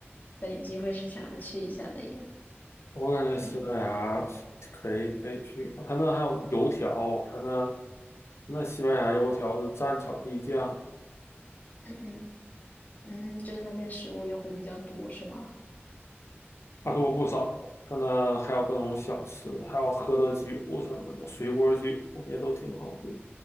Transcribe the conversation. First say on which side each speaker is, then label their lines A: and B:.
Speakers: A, on the left; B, on the left.
A: 但有机会是想要去一下的耶。
B: 我感觉西班牙是可以可以去，
A: 嗯
B: 他那还有油条，他那那西班牙油条是蘸巧克力酱，
A: 嗯嗯嗯，就是那边食物也会比较多，是吗？
B: 啊多不少。他那还有各种小吃，还有喝的酒什么的，水果酒也都挺好喝